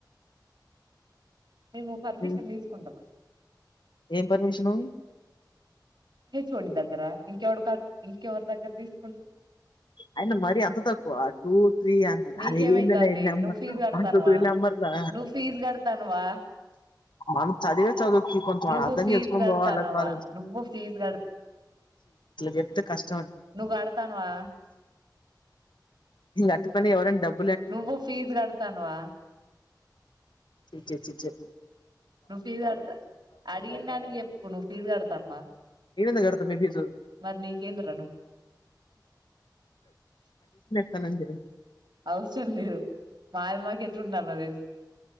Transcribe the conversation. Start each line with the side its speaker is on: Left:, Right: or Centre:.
Right: మేము పర్మిషన్
Left: ఉమ్.
Right: తీసుకుంటాం అండి
Left: ఏం పర్మిషన్
Right: హే చోడి దగ్గర ఇంకెవడు కా ఇంకెవరి దగ్గర తీసుకుంటా
Left: అయన మరి అంత తక్కువ ఆ టూ త్రీ అంటీ
Right: నీకేమైతాంది
Left: అది ఏందడి ఎ నెంబర్
Right: నువ్వు ఫీజు కడతానవా
Left: వన్ టూ త్రీ నెంబర్లా
Right: నువ్వు ఫీజు కడతానవా
Left: మనం చదివే చదువుకి కొంచెం
Right: నువ్వు
Left: అర్థం
Right: ఫీజు
Left: చేసుకొని
Right: కడతానవా
Left: పోవాలి కాాల
Right: నువ్వు ఫీజు
Left: చెప్తే కష్ట
Right: నువ్ ఆడతానువా
Left: ఇ అట్ పని ఎవర డబ్బు
Right: నువ్వు ఫీజ్ గడతాన్వా
Left: చి చె
Right: నువ్వు ఫీజ్ కడతా అడిగందానికి ఎప్పుడు నువ్వు ఫీజు కడతానువా
Left: ఏగడ త ఫీసది
Right: మరి నీకేందిరా నొప్పి
Left: తలజ
Right: అవసరం లేదు మాది మాకు ఎట్లుంటన్న తెలుసు